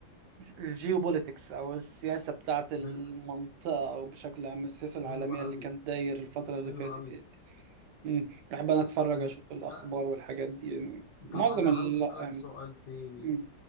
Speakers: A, on the right; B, on the left.
A: الجيوبوليتكس أو السياسة بتاعة المنطقة
B: حلو
A: أو بشكل عام السياسة العالمية
B: حلو قوي
A: اللي كانت داير الفترة اللي
B: حلو
A: فاتت
B: قوي
A: يعني مم. بحب أنا أتفرج
B: آه،
A: أشوف الأخبار
B: آه،
A: والحاجات دي يعني معظم
B: طب انا
A: ال
B: عاوز اسالك
A: يعني
B: سؤال تاني
A: مم.